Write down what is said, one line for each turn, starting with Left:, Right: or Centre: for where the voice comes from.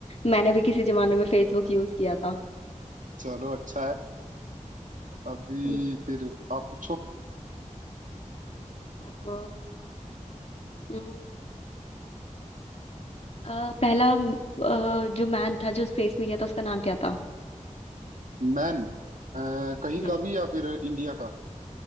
Left: मैंने भी किसी जमाने में फेसबुक यूज किया था
Right: चलो अच्छा है अभी
Left: हम्म,
Right: फिर आप पूछो
Left: अब हम्म, अ, पहला अ, जो मैन था जो स्पेस में गया था उसका नाम क्या था
Right: मैन अ, कहीं
Left: हम्म
Right: का भी या फिर इंडिया का